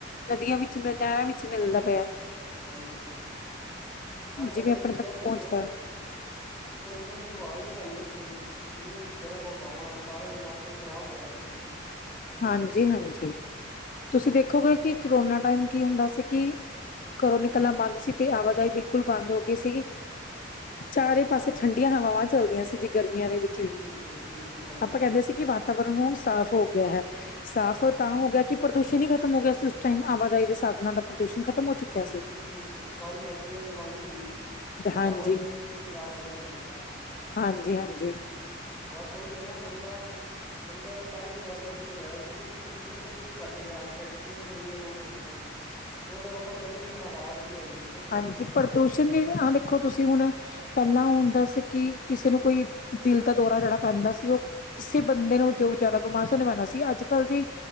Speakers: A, on the left; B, in the centre.
A: ਨਦੀਆਂ ਵਿੱਚ ਮ ਨੈ ਵਿੱਚ ਮਿਲਦਾ ਪੇਐ
B: ਹਾਂਜੀ, ਹਾਂਜੀ ਆੱਜ-ਕਾੱਲ
A: ਜਿਵੇਂ
B: ਤੁਸੀਂ
A: ਆਪਣੇ ਤੱਕ
B: ਐ ਦੇਖੋ
A: ਪਹੁੰਚਦਾ
B: ਕੋਈ ਠੰਡੀ ਹਵਾ ਈ ਨੀ ਤਾਨੂੰ ਦਿਖੇਗੀ। ਇੰਨੀ ਗਰਮ ਹਵਾਵਾਂ ਸਾਰਾ ਇਨਵਾਇਰਮੈਂਟ ਖ਼ਰਾਬ ਹੋਏਆ ਦਾ ਬਿਲਕੁਲ।
A: ਹਾਂਜੀ, ਹਾਂਜੀ ਤੁਸੀਂ ਦੇਖੋਗੇ ਕਿ ਕਰੋਨਾ ਟਾਈਮ ਕੀ ਹੁੰਦਾ ਸੀ ਕੀ ਘਰੋਂ ਨਿਕਲਨਾ ਬੰਦ ਸੀ, ਤੇ ਆਵਾ-ਜਾਈ ਬਿਲਕੁਲ ਬੰਦ ਹੋ ਗੀ ਸੀਗੀ ਚਾਰੇ
B: ਹਾਂ
A: ਪਾਸੇ
B: ਬਿਲਕੁਲ
A: ਠੰਡੀਆਂ ਹਵਾਵਾਂ ਚੱਲਦੀਆਂ ਸੀ ਜੀ ਗਰਮੀਆਂ ਦੇ ਵਿੱਚ ਵੀ।
B: ਕੁਲ ਬਿਲਕੁਲ ਸਈ
A: ਅਪਾਂ ਕੈਦੇ ਸੀ ਕਿ ਵਾਤਾਵਰਨ ਹੁਣ ਸਾਫ਼ ਹੋ ਗਿਆ ਹੈ। ਸਾਫ਼
B: ਹਾਂ
A: ਓ ਤਾ ਹੋ ਗਿਆ ਕਿ ਪ੍ਰਦੂਸ਼ਣ ਹੀ ਖਤਮ ਹੋ ਗਿਆ ਸੀ ਓਸ ਟਾਈਮ ਆਵਾਜਾਈ ਦੇ ਸਾਧਨਾਂ ਦਾ ਪ੍ਰਦੂਸ਼ਣ ਖ਼ਤਮ ਹੋ ਚੁੱਕਿਆ
B: ਬਿਲਕੁਲ
A: ਸੀ।
B: ਜੀ ਬਿਲਕੁਲ, ਸਾਰੀ ਫੈਕਟਰੀਆਂ ਵੀ ਬਾਂਦ ਸੀ
A: ਹਾਂਜੀ,
B: ਵਾਹਨ ਵੀ, ਨਿ ਚਲਾ ਸਕਦਾ ਸੀ ਬੰਦਾ
A: ਹਾਂਜੀ, ਹਾਂਜੀ।
B: ਬਾੱਸ ਓਈ ਏ ਨਾ ਬੰਦਾ ਬੰਦਾ, ਤਾਂ ਈ ਇਨਵਾਯਰਮੈਂਟ ਵਦਿਐ ਕਿ ਪੋਲਿਯੂਸ਼ਨ ਬਿਲਕੁਲ ਕਾੱਟ ਗੇਆ, ਫੈਕਟਰੀਆਂ ਵੀ ਚੱਲਨੀਆਂ ਬੰਦ ਓ ਗਈਆਂ ਓ ਤੇੇ ਓਟੋਮੈਟਿਕਲੀ ਹਵਾ <unintelligible> ਜੇਗੀ ਨਾ ਜੀ।
A: ਹਾਂਜੀ, ਪ੍ਰਦੂਸ਼ਨ ਦੀ ਵਿ ਹਾਂ ਦੇਖੋ ਤੁਸੀਂ ਹੁੱਨ ਪੈਲਾ ਹੁੰਦਾ ਸੀ ਕਿ, ਕਿਸੇ ਨੂੰ ਕੋਈ ਦਿਲ ਦਾ ਦੌਰਾ ਜੜਾ ਪੈਂਦਾ ਸੀ ਓ ਕਿਸੇ ਬੰਦੇ ਨੂੰ ਜੋ ਜਆਦਾ ਬਿਮਾਰ ਸੀ, ਓਨੁ ਐਗਾ ਸੀ ਆੱਜ-ਕਾੱਲ ਜੀ